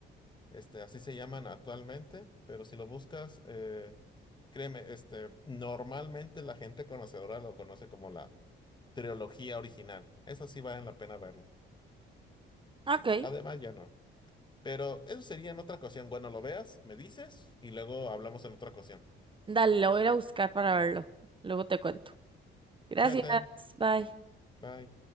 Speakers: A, on the left; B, on the right.
A: Este, así se llaman actualmente, pero si lo buscas, eh, créeme, este, normalmente la gente conocedora lo conoce como la trilogía original. Eso sí vale la pena verlo.
B: Ok.
A: Además, ya no. Pero eso sería en otra ocasión. Bueno, lo veas, me dices y luego hablamos en otra ocasión.
B: Dale, la voy a ir a buscar para verlo. Luego te cuento. Gracias.
A: Cuídate,
B: Bye.
A: bye.